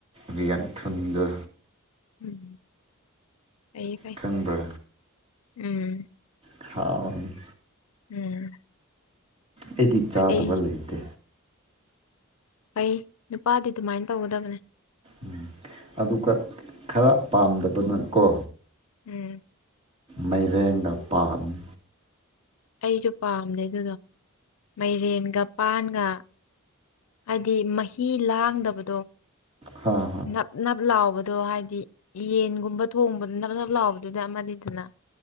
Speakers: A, on the right; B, on the left.
A: ꯕꯤꯌꯥꯡ ꯊꯨꯟꯗ
B: ꯎꯝ ꯐꯩꯌꯦ ꯐꯩ
A: ꯈꯪꯕ꯭ꯔ
B: ꯎꯝ
A: ꯊꯥꯎꯅꯤ
B: ꯎꯝ
A: ꯑꯩꯗꯤ ꯆꯥꯗꯕ
B: ꯑꯩ
A: ꯂꯩꯇꯦ
B: ꯐꯩ ꯅꯨꯄꯥꯗꯤ ꯑꯗꯨꯃꯥꯏꯅ ꯇꯧꯒꯗꯕꯅꯦ
A: ꯎꯝ ꯑꯗꯨꯒ ꯈꯔ ꯄꯥꯝꯗꯕꯅꯀꯣ
B: ꯎꯝ
A: ꯃꯥꯏꯔꯦꯟꯗꯣ ꯄꯥꯝꯃꯦ
B: ꯑꯩꯁꯨ ꯄꯥꯝꯗꯦ ꯑꯗꯨꯗꯣ ꯃꯥꯏꯔꯦꯟꯒ ꯄꯥꯟꯒ ꯍꯥꯏꯗꯤ ꯃꯍꯤ ꯂꯥꯡꯗꯕꯗꯣ
A: ꯍꯣꯏ
B: ꯅꯞ ꯅꯞ ꯂꯥꯎꯕꯗ ꯑꯗꯣ ꯍꯥꯏꯗꯤ ꯌꯦꯟꯒꯨꯝꯕ ꯊꯣꯡꯕꯗ ꯅꯞ ꯅꯞ ꯂꯥꯎꯕꯗꯨꯅ ꯑꯃꯅꯤꯗꯅ